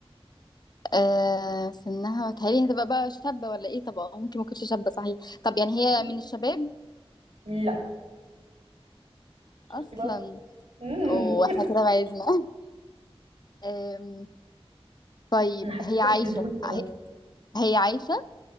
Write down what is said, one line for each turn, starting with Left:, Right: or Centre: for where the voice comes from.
Left: آه سنها بتهيألي هتبقى بقى شابة ولا إيه طب ممكن ما تكونش شابة صحيح طب يعني هي
Right: مم.
Left: من الشباب
Right: لا شفتي
Left: أصلا
Right: بقى مم.
Left: واحنا كده بعدنا <laughs> أم، طيب
Right: <laughs> أنا حسيتك
Left: هي عايشة
Right: في زون كده
Left: هي هي عايشة